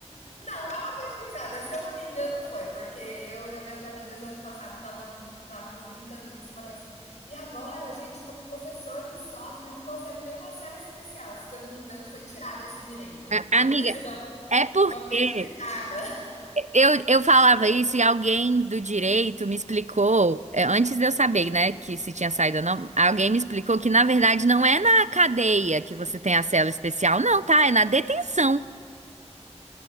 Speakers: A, on the left; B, on the right.
A: Não, dá uma pesquisada. Se eu não me engano, foi, porque eu e minhas amigas ano passado estavam- estávamos brincando disso. Eu falei assim, e agora a gente, como professor que sofre, não consegue nenhuma sala especial. Se eu não me engano, foi tirado esse direito.
B: A-
A: Depois
B: amiga,
A: eu dava um,
B: é porque
A: uma pesquisada.
B: Eu, eu falava isso e alguém do direito me explicou, é, antes de eu saber, né, que se tinha saído ou não, alguém me explicou que, na verdade, não é na cadeia que você tem a cela especial, não, tá? É na detenção.